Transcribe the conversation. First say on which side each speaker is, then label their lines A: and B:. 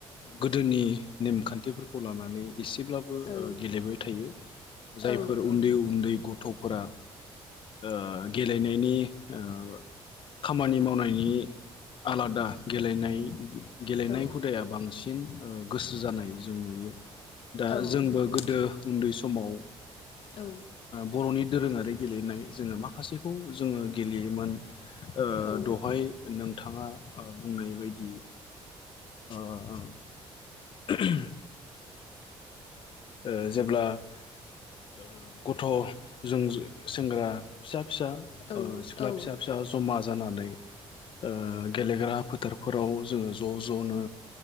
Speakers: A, on the left; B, on the left.
A: गोदोनि नेमखान्थिफोरखौ लानानै इसेब्लाबो
B: औ
A: ओ गेलेबाय थायो जायफोर
B: औ
A: उन्दै उन्दै ग थ'फोरा ओ गेल लेनायनि ओ खामानि मावनायनि आलादा गेलेनाय <unintelligible> गेलेनाय
B: औ
A: हुदाया बांसिन ओ गोसो जानाय जों नुयो। दा
B: औ
A: जोंबो
B: नंगौ
A: गोदो उन्दै समाव ओ
B: औ
A: बर'नि दोरोंङारि गेलेनाय जोंङो माखासेखौ जोंङो गेलेयोमोन ओ
B: औ
A: दहाय नों थाङा ओ बुंनाय बायदि ओ ओ <inaudible> ओ जेब्ला ओ गथ' जों सेंग्रा फिसा फिसा
B: औ
A: ओ
B: औ
A: सिख्ला
B: औ
A: फिसा फिसा जमा जानानै ओ गेलेग्रा फो फोथारफोराव जोंङो ज' ज'नो